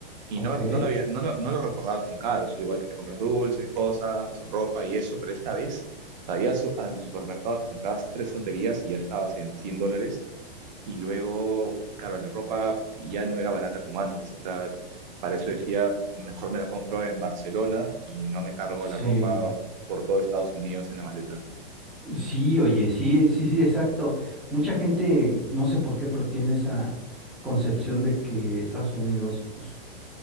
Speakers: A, on the right; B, in the centre.
A: Y
B: Ok,
A: no, no lo había, no lo, no lo recordaba tan caro. Eso igual que te compras dulces, cosas, ropa y eso, pero esta vez, sabías, al supermercado te comprabas tres tonterías y ya estabas en 100 dólares. Y luego, claro, la ropa ya no era barata como antes. O sea, para eso decía, mejor me la compro en Barcelona y no me cargo
B: sí,
A: la ropa por todo Estados Unidos en la maleta.
B: sí, oye, sí, sí, sí, exacto. Mucha gente, no sé por qué, pero tiene esa concepción de que Estados Unidos, pues,